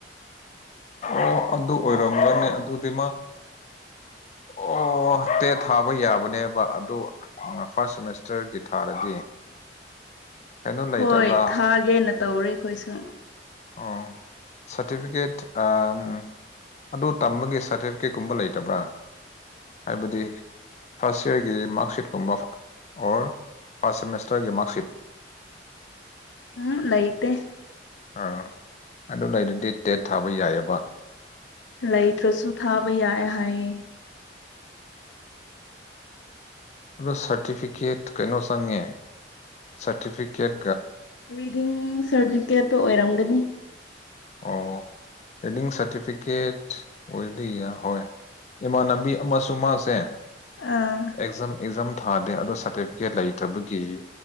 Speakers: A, on the left (about 35°); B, on the left (about 80°).
A: ꯑꯣ ꯑꯗꯨ ꯑꯣꯏꯔꯝꯒꯅꯤ ꯑꯗꯨꯗꯤ ꯃꯥ ꯑꯣ ꯇꯦꯠ ꯊꯥꯕ ꯌꯥꯕꯅꯦꯕ ꯑꯗꯨ ꯐꯥꯔꯁ ꯁꯦꯃꯦꯁꯇꯔꯒꯤ ꯊꯥꯔꯗꯤ ꯀꯩꯅꯣ ꯂꯩꯇꯕ꯭ꯔꯥ
B: ꯍꯣꯏ ꯊꯥꯒꯦꯅ ꯇꯧꯔꯦ ꯑꯩꯈꯣꯏꯁꯨ
A: ꯑꯣ ꯁꯥꯔꯇꯤꯐꯤꯀꯦꯠ ꯑꯥ ꯑꯗꯨ ꯇꯝꯕꯒꯤ ꯁꯥꯔꯇꯤꯐꯤꯀꯦꯠꯀꯨꯝꯕ ꯂꯩꯇꯕ꯭ꯔꯥ ꯍꯥꯏꯕꯗꯤ ꯐꯥꯔꯁ ꯏꯌꯥꯔꯒꯤ ꯃꯥꯔꯛꯁꯤꯠꯀꯨꯝꯕ ꯑꯣꯔ ꯐꯥꯔꯁ ꯁꯦꯃꯦꯁꯇꯔꯒꯤ ꯃꯥꯔꯛꯁꯤꯠ <inaudible>
B: ꯎꯝ ꯂꯥꯏꯇꯦ
A: ꯑꯥ ꯑꯗꯨ ꯂꯩꯔꯗꯤ ꯇꯦꯠ ꯊꯥꯕ ꯌꯥꯏꯑꯕ
B: ꯂꯩꯇ꯭ꯔꯁꯨ ꯊꯥꯕ ꯌꯥꯏ ꯍꯥꯏꯌꯦ
A: ꯑꯗꯣ ꯁꯥꯔꯇꯤꯐꯤꯀꯦꯠ ꯀꯩꯅꯣ ꯆꯪꯉꯦ ꯁꯥꯔꯇꯤꯐꯤꯀꯦꯠ
B: ꯔꯤꯗꯤꯡ ꯁꯥꯔꯇꯤꯐꯤꯀꯦꯠꯇꯣ ꯑꯣꯏꯔꯝꯒꯅꯤ
A: ꯑꯣ ꯔꯤꯗꯤꯡ ꯁꯔꯇꯤꯐꯤꯀꯦꯠ ꯑꯣꯏꯗꯤ ꯌꯥ ꯍꯣꯏ ꯏꯃꯥꯟꯅꯕꯤ ꯑꯃꯁꯨ ꯃꯥꯁꯦ
B: ꯑꯥ
A: ꯑꯦꯛꯖꯥꯝ ꯑꯦꯛꯖꯥꯝ ꯊꯥꯗꯦ ꯑꯗꯣ ꯁꯥꯔꯇꯤꯐꯤꯀꯦꯠ ꯂꯩꯇꯕꯒꯤ